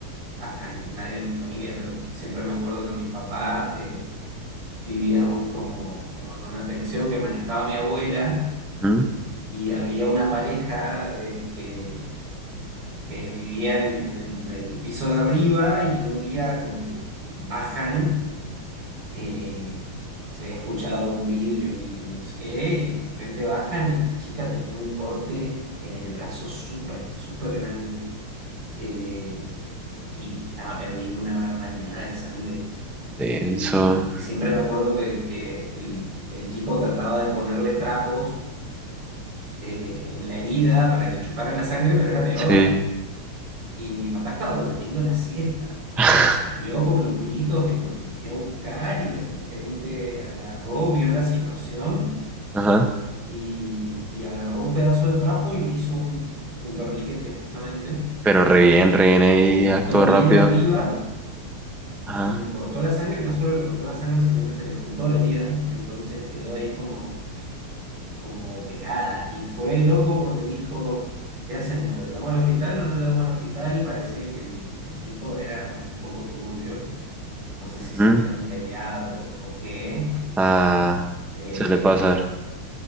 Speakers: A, on the right; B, in the centre.
A: a, a nadie de mi familia, pero siempre me acuerdo que mi papá eh, vivíamos como, como en una pensión que manejaba mi abuela
B: ¿Mm?
A: y había una pareja eh, que, que vivía en, en el, en el piso de arriba y un día como que bajan, eh, se había escuchado un vidrio y no sé qué, y de repente bajan y la chica tenía un corte en el brazo súper, súper grande eh, y, y estaba perdiendo una barbaridad de sangre.
B: Denso,
A: Y, y siempre me acuerdo que, que el, el tipo trataba de ponerle trapos eh, en la herida para que chupara la sangre, pero era peor.
B: sí.
A: Y mi papá estaba durmiendo la siesta.
B: <laughs>
A: Y Salió por los gritos y porque lo fui a buscar y de repente agarró, vio la situación
B: Ajá.
A: y, y agarró un pedazo de trapo y le hizo un, un torniquete justamente.
B: Pero re bien, re bien ahí,
A: Le
B: actúa
A: ató
B: rápido.
A: bien arriba
B: Ajá.
A: y le cortó la sangre y no solo le cortó la sangre, sino que se le juntó la herida. Entonces quedó ahí como, como pegada. Y fue loco porque dijo... ¿Qué hacemos? ¿Lo llevamos al hospital o no lo llevamos al hospital? Parecía que el, el tipo era un poco turbio. no sé si
B: ujú,
A: se habían peleado o qué,
B: Ah,
A: eh,
B: suele pasar.